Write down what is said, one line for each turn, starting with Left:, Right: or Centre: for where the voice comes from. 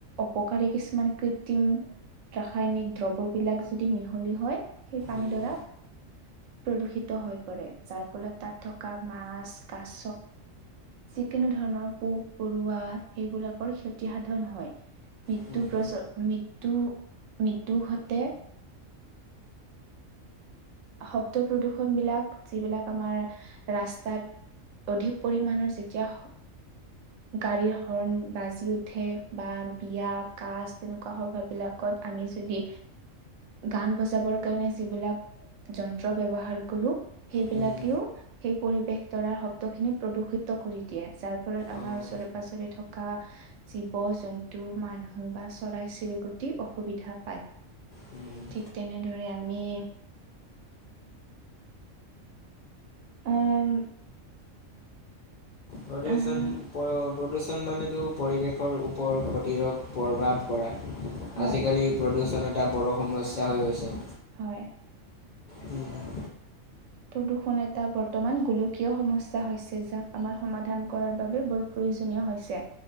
Right: উপকাৰী কিছুমান কৃত্ৰিম ৰাসায়নিক দ্ৰব্যবিলাক যদি মিহলি হয় সেই পানীডৰা
Left: হুম
Right: প্ৰদূষিত হৈ পৰে যাৰ ফলত তাত থকা মাছ কাছ যিকোনো ধৰণৰ পোক পৰুৱা সেইবিলাকৰ ক্ষতি সাধন হয়। মৃত্যু
Left: হুম হুম
Right: প্ৰজ মৃত্যু মৃত্যু ঘটে শব্দ প্ৰদূষন বিলাক যিবিলাক আমাৰ ৰাস্তাত অধিক পৰিমাণৰ যেতিয়া গাড়ীৰ হৰ্ণ বাজি উঠে বা বিয়া কাজ তেনেকুৱা সভা বিলাকত আমি যদি গান বজাবৰ কাৰণে যিবিলাক যন্ত্ৰ ব্যৱহাৰ কৰো সেইবিলাকেও
Left: হুম হুম
Right: সেই পৰিৱেশ দৰাৰ শব্দ খিনি প্ৰদূষিত কৰি দিয়ে যাৰ ফলত আমাৰ
Left: অঁ
Right: পাছৰে থকা জীৱ জন্তু মানুহ বা চৰাই চিৰিকটি অসুবিধা পায়।
Left: হুম হুম
Right: ঠিক তেনেদৰে আমি উম
Left: প্ৰডিউচন
Right: আহ
Left: প্ৰডউচ প্ৰডিছনমানেতো পৰিৱেশৰ ওপৰত ক্ষতিকাৰক প্ৰভাৱ কৰা
Right: হয়
Left: আজিকালি প্ৰদূচন এটা বৰ সমস্যা হৈ গৈছে
Right: হয়,
Left: হুম হুম
Right: প্ৰদূষণ এটা বৰ্তমান গোলকীয় সমস্যা হৈছে যাক আমাৰ সমাধান কৰাৰ বাবে বৰ প্ৰয়ো প্ৰয়োজনীয় হৈছে,